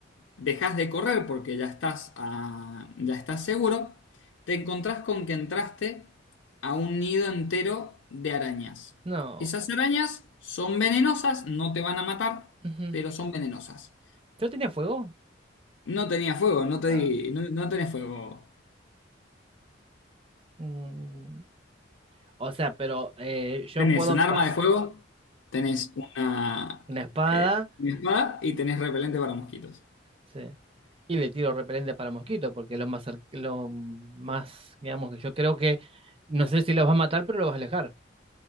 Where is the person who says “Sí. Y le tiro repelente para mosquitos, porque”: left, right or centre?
Right